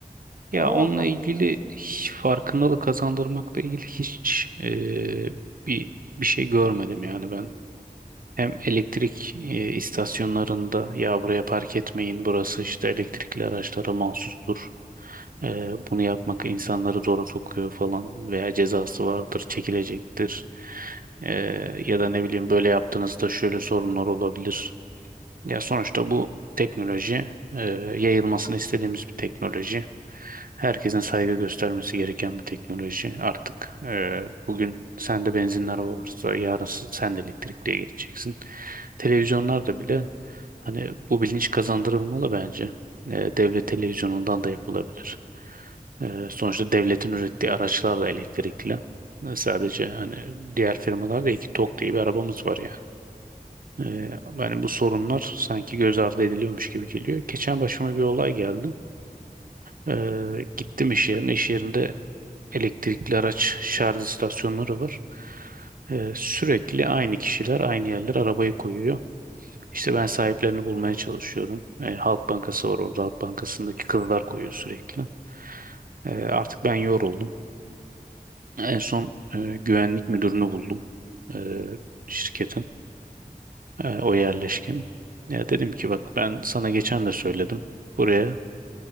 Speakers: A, on the right; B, on the left.
A: Ya
B: Ona
A: onunla
B: var mı aklına
A: ilgili
B: gelen bir şey?
A: hiç farkındalık kazandırmakla ilgili hiç e, bir bir şey görmedim yani ben Hem elektrik e, istasyonlarında ya buraya park etmeyin burası işte elektrikli araçlara mahsustur. E, bunu yapmak insanları zora sokuyor falan veya cezası vardır çekilecektir. E, ya da ne bileyim böyle yaptığınızda şöyle sorunlar olabilir. Ya sonuçta bu teknoloji e, yayılmasını istediğimiz bir teknoloji. Herkesin saygı göstermesi gereken bir teknoloji. Artık e, bugün sende benzinli araba varsa yarın s- sen de elektrikliye geçeceksin. Televizyonlarda bile hani bu bilinç kazandırılmalı bence. E, devlet televizyonundan da yapılabilir. E, sonuçta devletin ürettiği araçlar da elektrikli. E, Sadece hani diğer firmalarda iki Tok diye bir arabamız var yani. Ee, yani bu sorunlar sanki göz ardı ediliyormuş gibi geliyor. Geçen başıma bir olay geldi. Ee, gittim iş yerine. İş yerinde elektrikli araç şarj istasyonları var. Ee, sürekli aynı kişiler aynı yerler arabayı koyuyor. İşte ben sahiplerini bulmaya çalışıyorum. Ee, Halk Bankası var orada. Halk Bankası'ndaki kızlar koyuyor sürekli. Ee, artık ben yoruldum. En son e, güvenlik müdürünü buldum e, şirketin. E, o yerleşkin. Ya dedim ki bak ben sana geçen de söyledim. Buraya